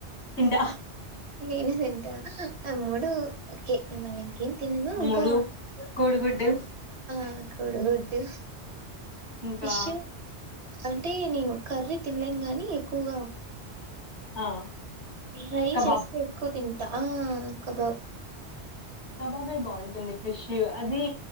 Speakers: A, on the left; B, on the right.
A: తింట
B: నేనే తింటా ఆ మూడు ఓకే మళ్ళ ఇంకేం తినను ఇంకా
A: మూడు కోడిగుడ్డు
B: ఆ కొడిగుడ్డు
A: ఇంకా
B: ఫిష్ అంటే నేను కర్ర్రి తిన్లేం కాని ఎక్కువగా
A: ఆ
B: ఫ్రై
A: కబాబ్
B: చేస్తే ఎక్కువ తిం ఆ కబాబ్
A: కబాబే బాగుంటుంది. ఫ్రెష్ అది